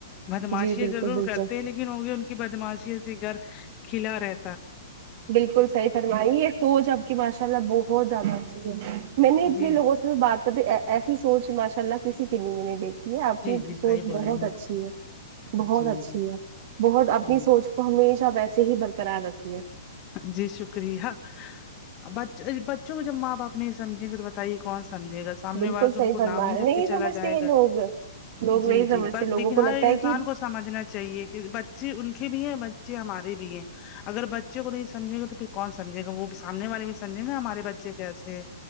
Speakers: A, on the left; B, on the right.
A: بدماشی
B: جی بالکل
A: ضرور
B: بالکل
A: کرتے ہیں لیکن ہوگی ان کی بدماشی سے گھرکھلا رہے
B: بالکل صحیح فرمائی ہے تو جب کی ماشاء اللہ بہت زیادہ اچھی ہے میں نے اتنے
A: جی
B: لوگوں سے بات کرتی ایسی سوچ ماشاء اللہ کسی کی بھی نہیں دیکھی جی آپ کی
A: جی
B: سوچ
A: صحیح بول
B: بہت
A: رہی ہیں
B: اچھی ہے
A: آپ۔
B: بہت
A: جی
B: اچھی ہے بہت آپ
A: جی
B: کی سوچ ہمیشہ ویسے ہی برقرار رکھئیے
A: جی شکریہ اب بچ بچوں کو جب ماں باپ نہیں یہ سمجھینگے تو بتائیے کون سمجھے گا سامنے
B: بالکل
A: والا تو
B: صحیح
A: ان کو
B: فرما
A: نام ہی
B: رہے
A: رکھ
B: نہیں
A: کے چلا
B: سمجھتے
A: جائے
B: ہیں
A: گا
B: لوگ لوگ
A: جی
B: نہیں سمجھتے
A: جی بس
B: لوگوں
A: لیکن
B: کو
A: ہر
B: لگتا
A: انسان
B: ہے کہ
A: کو سمجھنا چاہیے کہ بچے ان کے بھی ہیں بچے ہمارے بھی ہیں اگر بچے کو نہیں سمجھے گا تو پھر کون سمجھے گا وہ سامنے والے بھی سمجھے نا ہمارے بچے جیسے